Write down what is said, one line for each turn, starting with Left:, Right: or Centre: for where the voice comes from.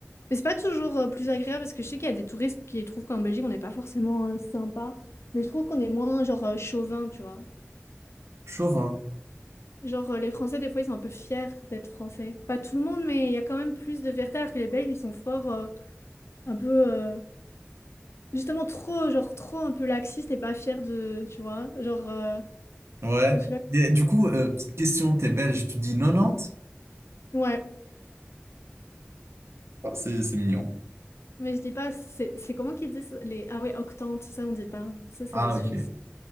Left: Mais c'est pas toujours euh, plus agréable parce que je sais qu'il y a des touristes qui trouvent qu'en Belgique, on n'est pas forcément euh, sympa. Mais je trouve qu'on est moins, genre, euh, chauvin, tu vois.
Right: Chauvin.
Left: Genre, euh, les Français, des fois, ils sont un peu fiers d'être Français. Pas tout le monde, mais il y a quand même plus de fierté alors que les Belges, ils sont forts, euh, un peu. euh, Justement, trop, genre, trop un peu laxiste et pas fière de, tu vois, genre, euh,
Right: Ouais.
Left: je sais
Right: Et du coup, euh, petite question, t'es belge, tu dis 90?
Left: pas. Ouais.
Right: Ah, C'est, c'est mignon.
Left: Mais je dis pas, c'est c'est comment qu'ils disent les... Ah ouais, octante, ça on dit pas. Ça, c'est
Right: Ah,
Left: les Suisses.
Right: ok.